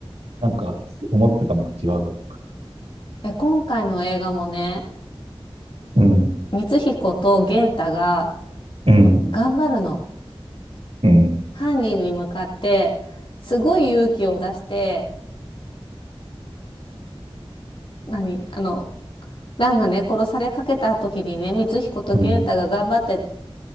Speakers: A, on the right; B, on the left.
A: なんか、思ってたのと違うわ。
B: え、今回の映画もね、
A: うん、
B: 光彦と玄太が、
A: うん、
B: あの頑張るの。
A: うん、
B: 犯人に向かって、すごい勇気を出して、何、あの、蘭がね、殺されかけた時にね、光彦と玄太が頑張って
A: うん、